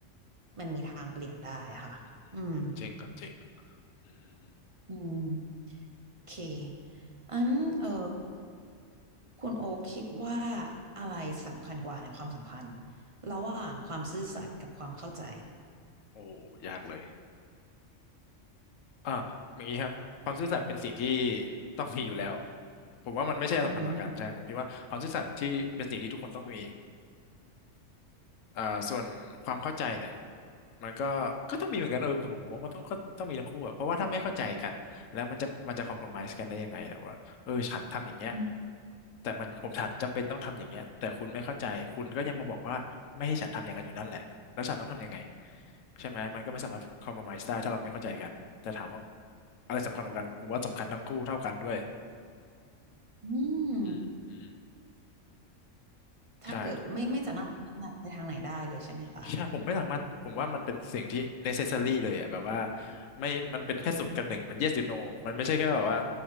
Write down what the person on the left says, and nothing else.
อืมจริงครับจริงอืม
โอ้ยากเลย อ่าอย่างนี้ครับความซื่อสัตย์เป็นสิ่งที่ต้องมีอยู่แล้วผมว่ามันไม่ใช่สำคัญกว่ากันใช่ผมคิดว่าความซื่อสัตย์ที่เป็นสิ่งที่ทุกคนต้องมี
อ่าส่วนความเข้าใจเนี่ยมันก็ก็ต้องมีเหมือนกันเออผมผมว่ามันต้องก็ต้องมีทั้งคู่อะเพราะว่าถ้าไม่เข้าใจกันแล้วมันจะมันจะคอมโพรไมซ์กันได้ยังไงแต่ว่าเออฉันทำอย่างเงี้ย
แต่มันผมฉันจำเป็นต้องทำอย่างเงี้ยแต่คุณไม่เข้าใจคุณก็ยังมาบอกว่าไม่ให้ฉันทำอย่างนั้นอยู่นั่นแหละแล้วฉันต้องทำยังไงใช่ไหมมันก็ไม่สามารถคอมโพรไมซ์ได้ถ้าเราไม่เข้าใจกันแต่ถามว่าอะไรสำคัญกว่ากันผมว่าสำคัญทั้งคู่เท่ากันด้วย
อืมอืม
ใช่ ใช่ผมไม่สามารถผมว่ามันเป็นสิ่งที่ necessary เลยอ่ะแบบว่าไม่มันเป็นแค่ศูนย์กับหนึ่งมัน yes you know มันไม่ใช่แค่แบบว่า